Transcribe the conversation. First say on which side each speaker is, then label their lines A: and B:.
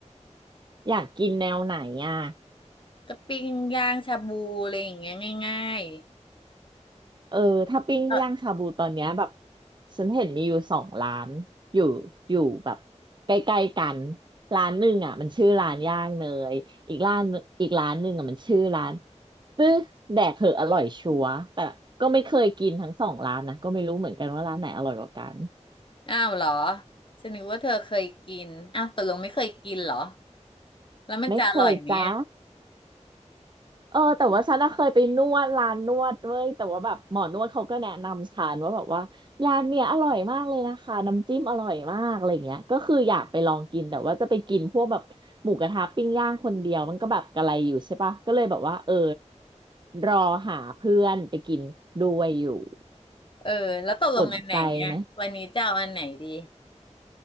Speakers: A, on the right; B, on the left.
A: อยากกินแนวไหนอ่ะ
B: ก็ปิ้งย่างชาบูอะไรอย่างเงี้ยง่าย
A: เออถ้าปิ้งย่างชาบูตอนเนี้ยแบบ
B: ๆเออ
A: ฉันเห็นมีอยู่สองร้านอยู่อยู่แบบใกล้ๆกันร้านหนึ่งอ่ะมันชื่อร้านย่างเนยอีกร้านอีกร้านหนึ่งอ่ะมันชื่อร้านตื้อแดกเหอะอร่อยชัวร์แต่ก็ไม่เคยกินทั้งสองร้านนะก็ไม่รู้เหมือนกันว่าร้านไหนอร่อยกว่ากัน
B: อ้าวเหรอฉันนึกว่าเธอเคยกินอ้าวตกลงไม่เคยกินเหรอแล้วมันจะอร่อยไหมอะ
A: ไม่เคยจ้า เออแต่ว่าฉันน่ะเคยไปนวดร้านนวดเว้ยแต่ว่าแบบหมอนวดเขาก็แนะนำฉันว่าแบบว่าร้านเนี่ยอร่อยมากเลยนะคะน้ำจิ้มอร่อยมากอะไรเงี้ยก็คืออยากไปลองกินแต่ว่าจะไปกินพวกแบบหมูกระทะปิ้งย่างคนเดียวมันก็แบบกระไรอยู่ใช่ปะก็เลยแบบว่าเออรอหาเพื่อนไปกินด้วยอยู่
B: เออแล้วตกลงอันไหนอ่ะวันนี้จะเอาอันไหนดี
A: สนใจไหม